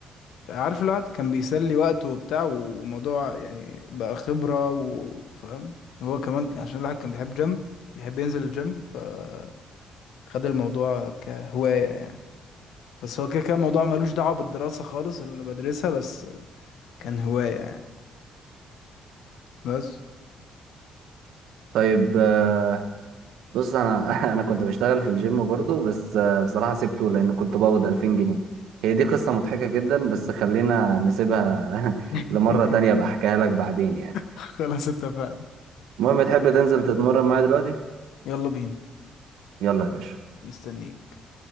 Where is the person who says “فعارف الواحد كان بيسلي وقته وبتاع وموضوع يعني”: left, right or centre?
Left